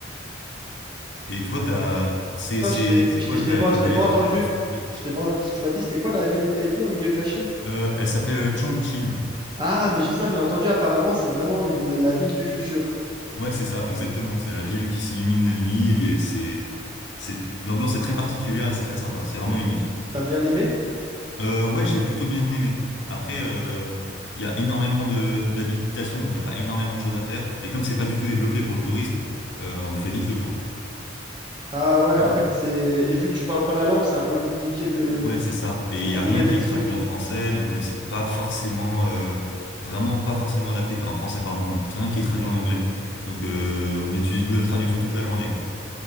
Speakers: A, on the left (about 65°); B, on the right (about 25°).
A: Et toi, t'as, c'est,
B: Attends,
A: c'est,
B: je t'ai,
A: c'est
B: je
A: quoi
B: t'ai,
A: le,
B: je
A: va-
B: t'ai pas,
A: le
B: je
A: voyage
B: t'ai pas entendu.
A: qui t'a le plus marqué?
B: Je t'ai pas, tu m'as dit c'était quoi la ville où t'as été au milieu de la Chine?
A: Euh, elle s'appelle euh, Chongqing.
B: Ah, mais je sais, j'en ai entendu. Apparemment, c'est vraiment une- la ville du futur.
A: Ouais, c'est ça, exactement. C'est la ville qui s'illumine la nuit et c'est, c'est, l'ambiance est très particulière et c'est très sympa. C'est vraiment
B: Et
A: unique.
B: t'as bien aimé?
A: Euh, ouais, j'ai plutôt bien aimé. Après, euh, il y a énormément de d'habitations, donc il n'y a pas énormément de choses à faire. Et comme c'est pas du tout développé pour le tourisme, euh, on fait vite le tour.
B: Ah ouais,
A: Et
B: en
A: toi
B: fait, c'est, et vu que tu parles pas la langue, c'est un peu compliqué de,
A: Ouais, c'est ça. Et
B: de
A: il
B: trouver
A: y a rien
B: des
A: qui est
B: trucs.
A: traduit en français, donc euh, c'est pas forcément, euh, vraiment pas forcément adapté. Enfin, en français, pardon, rien qui est traduit en anglais. Donc, euh, on utilise Google Traduction toute la journée, quoi.